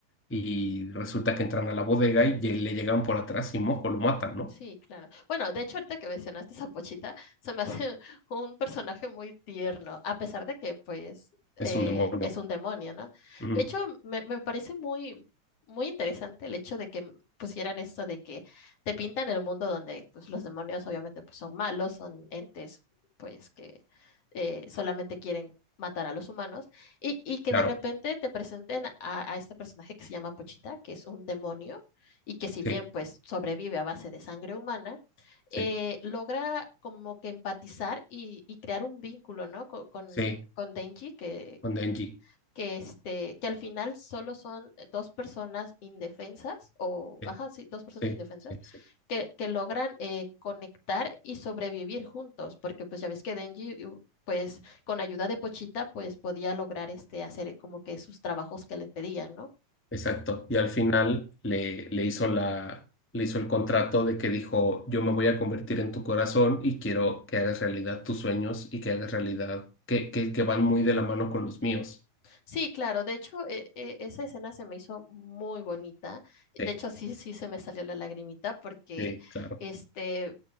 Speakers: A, on the left; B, on the left.
A: y resulta que entran a la bodega y ye- le llegan por atrás y moco, lo matan, ¿no?
B: Sí, claro. Bueno, de hecho, ahorita que mencionaste esa pochita, se me hace <laughs> un personaje muy tierno, a pesar de que, pues,
A: Es
B: eh,
A: un demonio.
B: es un demonio, ¿no?
A: Ujú,
B: De hecho, me, me parece muy, muy interesante el hecho de que m- pusieran esto de que te pintan el mundo donde, pues, los demonios obviamente, pues, son malos, son entes, pues, que eh, solamente quieren matar a los humanos, y, y que
A: claro.
B: de repente te presenten a, a este personaje que se llama Pochita, que es un demonio y que si
A: Sí.
B: bien pues sobrevive a base de sangre humana,
A: sí,
B: eh, logra como que empatizar y, y crear un vínculo, ¿no? Con, con,
A: sí,
B: con Denji, que,
A: con Denji.
B: que, este, que al final solo son dos personas indefensas, o,
A: Sí,
B: ajá, sí, dos personas
A: sí,
B: indefensas,
A: sí, sí.
B: que, que logran eh, conectar y sobrevivir juntos, porque pues ya ves que Denji... uh, pues con ayuda de Pochita, pues podía lograr este hacer como que sus trabajos que le pedían, ¿no?
A: Exacto. Y al final le, le hizo la, le hizo el contrato de que dijo, yo me voy a convertir en tu corazón y quiero que hagas realidad tus sueños y que hagas realidad, que, que, que van muy de la mano con los míos.
B: Sí, claro, de hecho, e- e- esa escena se me hizo muy bonita. De
A: Sí,
B: hecho, sí, sí se me salió la lagrimita porque
A: sí, claro.
B: este